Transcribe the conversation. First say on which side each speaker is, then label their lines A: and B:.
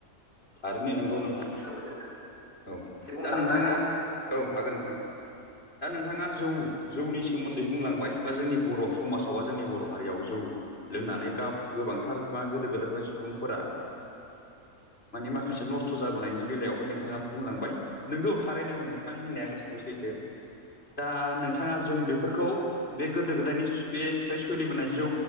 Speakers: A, on the left; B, on the left.
A: थारैनो नंगौ नोंथां
B: लुबैदों नोंथां
A: औ
B: एसे बुंनो
A: दा
B: हागोन
A: नोंथाङा
B: ना
A: औ हागोन नोंथां दा नोंथाङा जौ जौनि सोमोन्दै बुंलांबाय बा जोंनि बर' समाजाव बा जोंनि बर' हारियाव जौ लोंनानै गाब गोबांथार मा गोदो गोदायनिफ्रायनो सुबुंफोरा माने माखासे नस्थ' जाबोनायनि बेलायावहाय नोंथाङा बुंलांबाय नोंगौ थारैनो नोंथां होननाया गासिबो सैथो दा नोंथाङा जों बेफोरखौ बे गोदो गोदायनि बे फ्राय सोलिबोनाय जौ